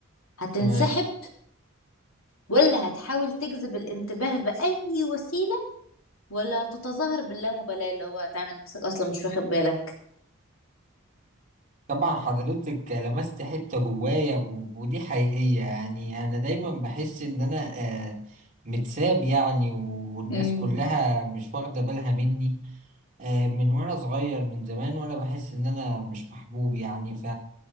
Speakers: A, on the left (about 80°); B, on the right (about 40°).
A: هتنسحب
B: تمام
A: ولا هتحاول تجذب الانتباه بأي وسيلة ولا هتتظاهر باللامبالاة اللي هو تعمل نفسك أصلا مش واخد بالك
B: طبعا حضرتك لمست حتة جوايا و- ودي حقيقية يعني أنا دايما بحس إن أنا آه، متساب يعني والناس
A: امم
B: كلها مش واخدة بالها مني آه، من وأنا صغير من زمان وأنا بحس إن أنا مش محبوب يعني ف